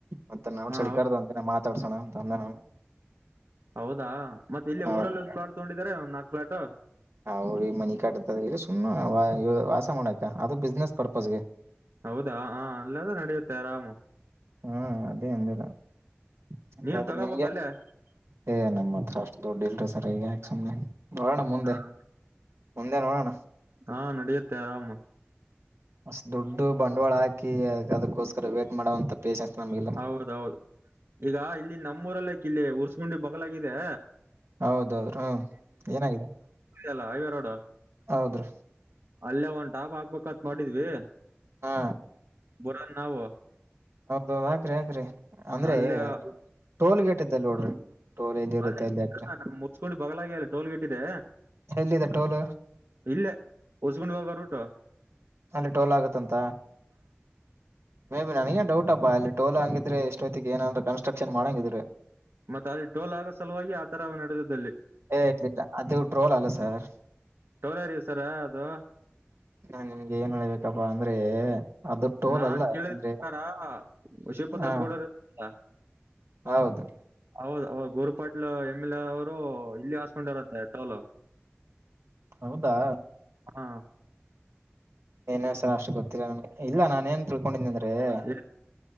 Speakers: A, on the right; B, on the right.
A: ಮತ್ತೆ ನಾವಂದಿನ
B: ಹಾ
A: ಸೈಡಗಿ
B: ಹೌ-
A: ಕರೆದ ಒಂದ್ ದಿನ ಮಾ ತಾಡ್ಸೋಣ ಅಂತ ಅಂದೆ ನಾನು.
B: ಹೌದಾ ಮತ್ತೆ ಇಲ್ಲಿ
A: ಹೌದು
B: ಊರಲ್ಲಿ ಒಂದು ಪ್ಲಾಟ್ ತಗೊಂಡಿದಿದ್ದಾರೆ, ಒಂದ್ ನಾಕ್ ಪ್ಲಾಟ್.
A: ಅವ್ರ ಈ ಮನಿ ಕಟ್ಟತದರ. ಇಲ್ಲಿ ಸುಮ್ನೆ ವ-ವಾಸ ಮಾಡಾಕ್ಕ, ಅದು ಬಿಸ್ನೆಸ್ ಪರ್ಪಸ್‌ಗೆ.
B: ಹೌದಾ ಹ ಅಲ್ಲದೇ ನಡೆಯುತ್ತೆ ಆರಾಮು.
A: ಹ ಅದೇ ಅಂದೆ ನಾನು. ಹಂಗಾದ್ರೆ
B: ನೀನ್ ತಗೋಬೇಕಲ್ಲೇ
A: ನಿಮ್ಗೆ, ಏ ನಮ್ಮ್ ಹತ್ರ ಅಷ್ಟು ದುಡ್ ಇಲ್ರಿ ಸರ್, ಈಗ. ಸುಮ್ನೆ. ನೋಡಣ
B: ಹೌದಾ
A: ಮುಂದೆ. ಮುಂದೆ ನೋಡೋಣ.
B: ಹಾ ನಡೆಯುತ್ತೇ ಆರಾಮು.
A: ಅಷ್ಟ ದೊಡ್ಡು ಬಂಡವಾಳ ಹಾಕಿ ಅದ ಅದಕ್ಕೋಸ್ಕರ ವೇಟ್ ಮಾಡೋಂತ. ಪೇಶನ್ಸ್ ನಮಗಿಲ್ಲ
B: ಹೌದೌದು ಈಗ ಇಲ್ಲಿ ನಮ್ಮೂರಲ್ಲೇ ಕಿಲ್ಲಿ ಉರ್ಸ್ಕುಂಡಿ ಬ ಲಗಿದೆ.
A: ಹೌದೌದ್ರ ಹ್ಮ ಏನಾಗಿದೆ.
B: ಎಲ್ಲ ಹೈ ವೆ ರೋಡ್.
A: ಹೌದ್ರ.
B: ಅಲ್ಲೇ ಒನ್ ಡಾಬಾ ಹಾಕ್ಬೇಕತ್ ಮಾಡಿದ್ವಿ.
A: ಹಾ.
B: ಬರೋನ್ ನಾವು
A: ಹೌದೌದು ಹಾಕ್ರಿ ಹಾಕ್ರಿ ಅಂದ್ರೆ
B: ಅಲ್ಲೇ
A: ಟೋಲ್ ಗೇಟ್ ಇದ್ದಲ್ಲಿ ನೋಡ್ರಿ.
B: <unintelligible>
A: ಟೋಲ್ ಎಲ್ಲಿ ಇರುತ್ತೆ ಅಲ್ಲಿ ಹಾಕ್ರಿ
B: ಮುಚ್ಕೊಂಡು ಬಗ್ಲ. <unintelligible> ಟೋಲ್ ಗೇಟ್ ಇದೆ.
A: ಎಲ್ಲಿದೆ ಟೋಲ್
B: ಇಲ್ಲೇ ಹೊಸ್ಕೊಂಡ ಹೋಗ ರೋಡ್. <unintelligible>
A: ಅಲ್ಲಿ ಟೋಲ್ ಆಗತ್ತಂತ. ಮೇ ಬಿ ನನಗೇನ್ ಡೌಟ್ ಅಪ್ಪಾ ಅಲ್ಲಿ ಟೋಲ ಹಾಗಂಗಿದ್ರೆ ಎಷ್ಟೊತ್ತಿಗೆ ಏನದ್ರು ಕನ್ಟ್ರಕ್ಷನ್ ಮಾಡಂಗಿದ್ರೆ.
B: ಮತ್ ಅಲ್ಲಿ ಟೋಲ್ ಆಗ ಸಲುವಾಗಿ ಆ ತರ ನಡೆದದಲ್ಲಿ.
A: ಏನಿಲ್ಲ ಅದು ಟ್ರೋಲ್ ಅಲ್ಲ ಸರ್
B: ಟೋಲ್ ಏರಿಯಾ ಸರ್ ಅದು
A: ನಾ ನಿಮ್ಗೆ ಏನ್ ಹೇಳ್ಬೇಕಪ್ಪ ಅಂ ಅಂದ್ರೆ. ಅದು ಟೋಲ್
B: ನಾನ್
A: ಅಲ್ಲ
B: ಕೇಳಿದ
A: ಯಾಕಂದ್ರೆ
B: ಪ್ರಕಾರ ಶಿವಪತ್ರ
A: ಹ
B: ಗೌಡರಲ್ಲ.
A: ಹೌದು
B: ಹೌದು ಹೌದು ಗೋರ್ ಇಲ್ಲ ಎಮ್ ಎಲ್ ಎ ಅವರು ಇಲ್ಲಿ ಹಾಸ್ಕೊಂಡರಂತ್ತೆ ಟೋಲ್
A: ಹೌದಾ
B: ಹಾ.
A: ಏನೇ ಸರ್ ಅಷ್ಟು ಗೊತ್ತಿಲ್ಲ ನನ್ಗೆ ಇಲ್ಲ ನಾನ ಏನ್ ತಿಳ್ಕೊಂಡಿದ್ದನಂದರೆ. <unintelligible>
B: ಏ-